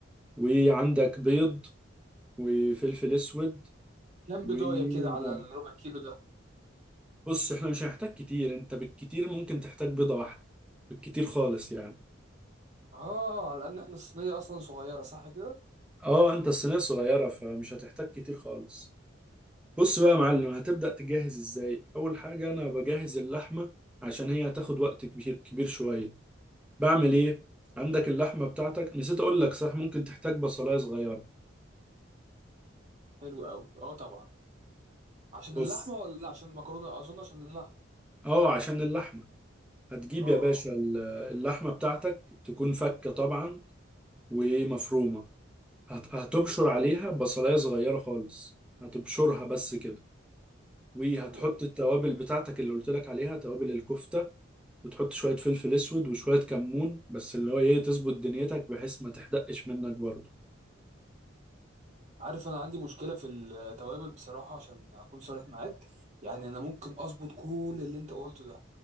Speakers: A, in the centre; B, on the right.
A: وعندك بيض وفلفل اسود
B: كام
A: وملح
B: بداية كده على الربع كيلو ده؟
A: بص احنا مش هنحتاج كتير انت بالكتير ممكن تحتاج بيضة واحدة بالكتير خالص يعني
B: أه على إن إحنا الصينية أصلا صغيرة صح كده؟
A: اه انت الصينية صغيرة فمش هتحتاج كتير خالص بص بقى يا معلم هتبدأ
B: حلو
A: تجهز ازاي اول حاجة انا بجهز اللحمة عشان هي هتاخد وقت كبير كبير شوية بعمل ايه عندك اللحمة بتاعتك نسيت اقول لك صح ممكن تحتاج بصلاية صغيرة
B: حلو أوي أه طبعا عشان
A: بص
B: اللحمة ولا عشان المكرونة؟ أظن عشان اللحمة
A: اه عشان اللحمة هتجيب
B: أه
A: يا باشا
B: أه
A: ال- اللحمة بتاعتك تكون فكة طبعا ومفرومة هت- هتبشر عليها بصلاية صغيرة خالص هتبشرها بس كده وهتحط
B: حلو أوي
A: التوابل بتاعتك اللي قلت لك عليها توابل الكفتة وتحط شوية فلفل اسود وشوية كمون بس اللي هو ايه تظبط دنيتك بحيث ما تحدقش منك برضه
B: عارف أنا عندي مشكلة في التوابل بصراحة عشان أكون صريح معاك يعني أنا ممكن أظبط كل اللي أنت قلته ده